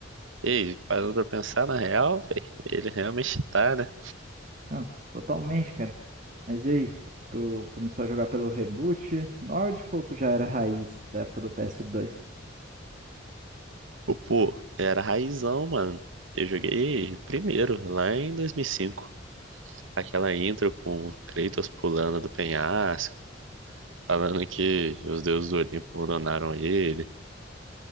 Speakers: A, on the right; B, on the right.
A: Ei, parando pra pensar, na real, velho, ele realmente tá, né?
B: Não, totalmente, cara. Mas e aí? Tu começou a jogar pelo reboot nórdico ou tu já era raiz da época do ps dois?
A: Ô, Pô, era raizão, mano. Eu joguei primeiro, lá em 2005. Aquela intro com o Kratos pulando do penhasco, falando que os deuses do Olimpo abandonaram ele.